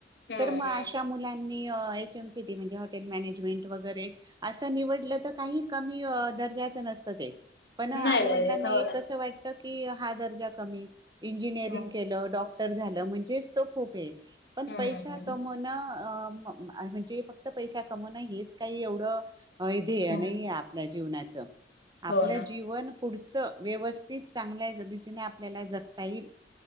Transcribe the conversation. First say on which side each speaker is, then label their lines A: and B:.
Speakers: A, on the left (about 60°); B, on the right (about 25°).
A: हम्म
B: तर मग
A: हम्म
B: अशा मुलांनी एच. एम. सीटी. म्हणजे हॉटेल मॅनेजमेंट वगैरे असं निवडलं तर काही कमी दर्जाच नसतं ते. पण आईवडिलांना
A: नाही नाही हो
B: एक
A: ना
B: असं वाटतं की हा दर्जा कमी. इंजिनिअरिंग
A: हम्म
B: केलं, डॉक्टर तर झालं म्हणजेच तो खूप आहे. पण
A: हम्म
B: पैसा
A: हम्म
B: कमवण अ म्हणजे फक्त पैसा कमवण हेच काही एवढं ह इथे
A: हम्म
B: नाईये आपल्या जीवनाचं, आपलं
A: हो ना
B: जीवन पुढचं व्यवस्थित चांगल्या रीतीने आप आपल्याला जगता येईल